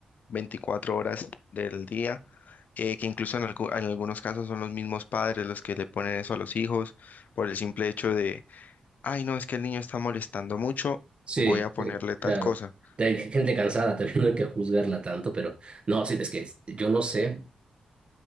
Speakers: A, on the left (about 70°); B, on the right (about 40°).
A: 24 horas del día, eh, que incluso en, algu- en algunos casos son los mismos padres los que le ponen eso a los hijos por el simple hecho ay, no, es que el niño está molestando mucho,
B: Sí,
A: voy a ponerle
B: sí, claro.
A: tal cosa.
B: Hay gente cansada, <laughs> también no hay que juzgarla tanto, pero no, sí, es que yo no sé,